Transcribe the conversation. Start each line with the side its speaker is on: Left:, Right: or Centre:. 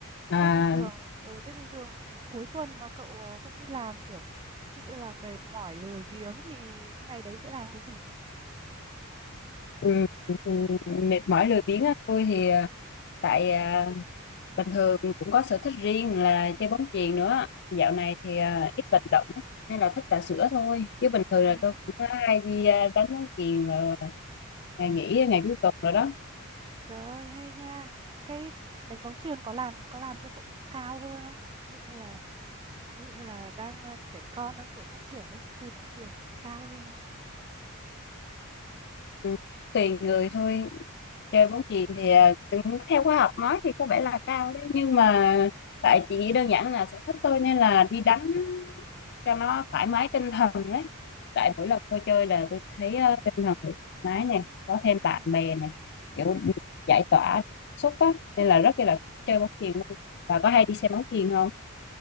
Left: à,
Right: Thế bình thường ừ, thế bình thường cuối tuần mà cậu, ờ, không đi làm, kiểu, ví dụ như là mệt mỏi, lười biếng thì cái ngày đấy sẽ làm cái gì?
Left: ừm, ừm, mệt mỏi lười biếng á tôi thì à, tại à, bình thường cũng có sở thích riêng là chơi bóng chuyền nữa. Dạo này thì à, ít vận động á, nên là thích trà sữa thôi. Chứ bình
Right: Ờ,
Left: thường là tôi cũng hay đi à, đánh bóng chuyền vào ngày nghỉ ngày cuối tuần rồi đó.
Right: trời ơi, hay nha! Cái đánh bóng chuyền có làm có làm cho cậu cao hơn không? Ví dụ như là ví dụ như là đang, a, trẻ con đang tuổi phát triển ấy, chơi bóng chuyền thì có cao hơn không?
Left: Ừ, tùy người thôi. chơi bóng chuyền thì à, cũng theo khoa học nói thì có vẻ là cao đấy nhưng mà tại chị nghĩ đơn giản là sở thích tôi nên là đi đánh cho nó thoải mái tinh thần đấy tại mỗi lần tôi chơi là tôi thấy ờ, tinh thần thoải mái này có thêm bạn
Right: Ừm.
Left: bè này kiểu giải tỏa cảm xúc á nên là rất là thích chơi bóng chuyền luôn và có hay đi xem bóng chuyền không